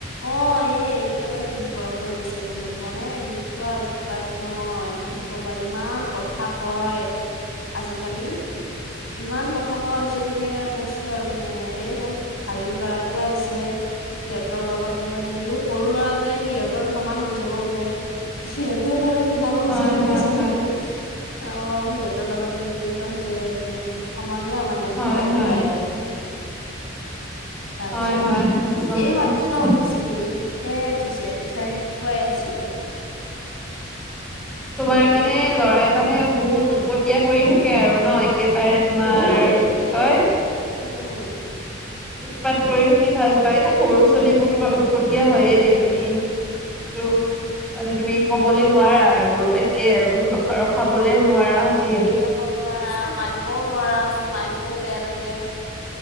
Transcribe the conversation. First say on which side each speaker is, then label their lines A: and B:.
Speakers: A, on the left; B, in the centre.
A: অ', এ একেবাৰে মোৰ গৰম কৰি দিছে, মোৰ গম পোৱা নে, এনেকুৱা উৎপাত নহয়। কি কবা, ইমান কথা কয়, আজিকালি ইমান কথা কোৱা হৈছে তুমি, আৰু কৈছো আৰু মানে, এই মোৰ ভাগিন ল'ৰাটো আহিছে। সিহঁতৰ লগতে মানে, ইও সৰু ল'ৰাটোৱে, সিহঁতৰ সমান হৈ যাব খোজে। সিহঁতৰ লৰাই মীনাব
B: হয়
A: যে, গম
B: হয়
A: পাইছানে।
B: হয়
A: <inaudible> অ', সিহঁতৰ লগতে মিলিপ হোজে আৰু মানে, সমনীয়া মানে, এনেকুৱা
B: হয়
A: দেখাই
B: হয়
A: আৰু। তাৰ
B: হয়
A: পিছত,
B: হয়
A: এই-এই
B: হয় গম পাইছো।
A: মাত্ৰ উঠিছ ছে এইতিয়াই উঠিছে, উঠাই নাই, শুৱাই আছিলে।
B: তোমাৰ
A: এতিয়াহে
B: মানে, লৰাই মানে বহুত, উটপটীয়া কৰি থাকে আৰু ন এ কেবাৰে তোমাৰ,
A: বহুত তাকে
B: কি কয়
A: <unintelligible>
B: উৎপাত কৰি থাকি ভাল পায় সৰু চলিবোৰ, তোমাৰ উৎপতীয়া হয়'য়ে দিয়া তুমি। দো' মানে তুমি, ক'বলে নোৱাৰা আৰু, একে আৰু ৰখা-ৰখাবলেও নোৱাৰা, যি
A: ৰখাব <inaudible> মাৰিবও নোৱাৰা তুমি, মাৰিবও বেয়া লাগে।